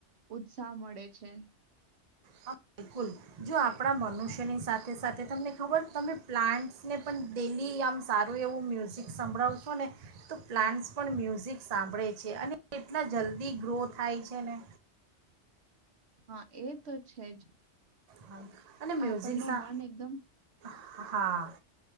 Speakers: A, on the right; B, on the right.
A: ઉત્સાહ મળે છે.
B: હ બિલકુલ જો આપણા મનુષ્યની સાથે સાથે તમને ખબર તમે પ્લાન્ટ્સને પણ ડેલી આમ સારું એવું મ્યુઝિક સાંભળાવશો ને તો પ્લાન્ટ્સ પણ મ્યુઝિક સાંભળે છે અને કેટલા જલ્દી ગ્રો થાય છે ને.
A: હા એ તો છે જ.
B: હા. અને મ્યુઝિક
A: આપણનો
B: સા
A: મન એકદમ
B: હા.